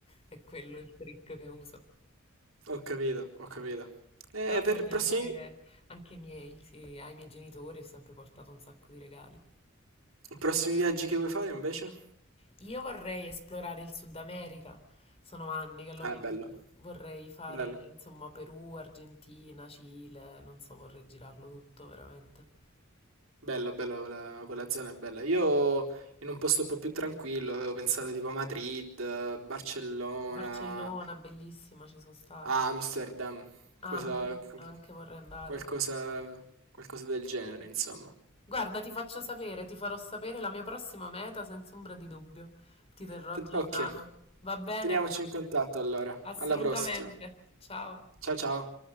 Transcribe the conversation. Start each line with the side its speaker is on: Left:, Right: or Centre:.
Left: È quello il trick che uso.
Right: Ho capito, ho capito. Eh,
Left: Però
Right: per
Left: sì, anche,
Right: prossimi,
Left: anche i miei, sì, ai miei genitori ho sempre portato un sacco di regali.
Right: prossimi viaggi che vuoi fare invece?
Left: Io vorrei esplorare il Sud America, sono anni che lo
Right: Ah,
Left: penso.
Right: è bello,
Left: Vorrei fare,
Right: bello,
Left: insomma, Perù, Argentina, Cile, non so, vorrei girarlo tutto veramente.
Right: bello, bello, quella, quella zona è bella. Io in un posto un po' più tranquillo avevo pensato tipo Madrid, eh, Barcellona,
Left: Barcellona, bellissima, ci sono stata.
Right: Amsterdam, cosa,
Left: Anche,
Right: qu-
Left: anche vorrei andare.
Right: qualcosa, qualcosa del genere, insomma.
Left: Guarda, ti faccio sapere, ti farò sapere la mia prossima meta senza ombra di dubbio. Ti terrò
Right: T-
Left: aggiornata.
Right: Ok,
Left: Va bene?
Right: teniamoci in contatto allora.
Left: Assolutamente.
Right: Alla prossima.
Left: Ciao.
Right: Ciao ciao.